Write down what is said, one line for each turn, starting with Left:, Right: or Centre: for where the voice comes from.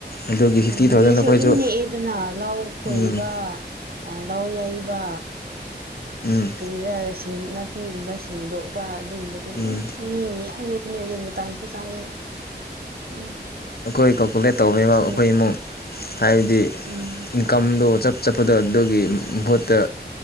Left: ꯑꯗꯨꯒꯤ ꯐꯤꯐꯇꯤ
Right: ꯎꯝ
Left: ꯊꯥꯎꯖꯟ
Right: ꯃꯤꯁꯨ
Left: ꯑꯩꯈꯣꯏꯁꯨ
Right: ꯑꯗꯨꯝ ꯅꯦꯛꯑꯦꯗꯅ ꯂꯥꯎ ꯈꯣꯏꯕ
Left: ꯎꯝ
Right: ꯑ ꯂꯧ ꯌꯩꯕ
Left: ꯎꯝ
Right: ꯀꯔꯤꯔꯥ ꯅꯥꯄꯤꯒꯨꯝꯕ ꯁꯦꯡꯗꯣꯛꯄ ꯑꯗꯨꯒꯨꯝꯕꯗꯣ
Left: ꯎꯝ
Right: ꯑꯁ ꯃꯤ ꯃꯌꯥꯝ ꯅꯦꯛꯄꯅꯦ ꯑꯗꯨ ꯃꯇꯝꯁꯨ ꯆꯪꯉꯦ ꯎꯝ
Left: ꯑꯩꯈꯣꯏ ꯀꯣꯀꯨꯂꯦꯠ ꯇꯧꯅꯩꯕ
Right: ꯁꯤ
Left: ꯑꯩꯈꯣꯏ ꯏꯃꯨꯡ ꯍꯥꯏꯕꯗꯤ
Right: ꯎꯝ
Left: ꯀꯝꯗꯣ ꯆꯞ ꯆꯠꯄꯗꯣ ꯑꯗꯨꯒꯤ ꯃꯍꯨꯠꯇ